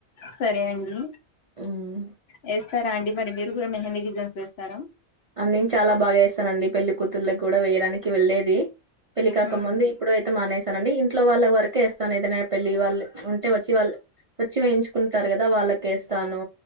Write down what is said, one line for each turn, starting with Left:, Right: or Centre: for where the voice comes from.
Left: సరే అండి
Right: మ్మ్
Left: వేస్తారా అండి మరి మీరు కూడా మెహంది డిజైన్స్ వేస్తారా
Right: అన్నిమ్ చాలా బాగా వేస్తానండి పెళ్లికూతుళ్ళకి కూడా వేయడానికి వెళ్ళేది పెళ్లికాక
Left: ఉమ్
Right: ముందు ఇప్పుడు అయితే మానేసానండి ఇంట్లో వాళ్ళ వరక్ వేస్తాను ఏదైనా పెళ్ళి వాళ్ళు ఉంటే వచ్చి వాళ్ళు వచ్చి వేయించుకుంటారు కదా వాళ్ళకెస్తాను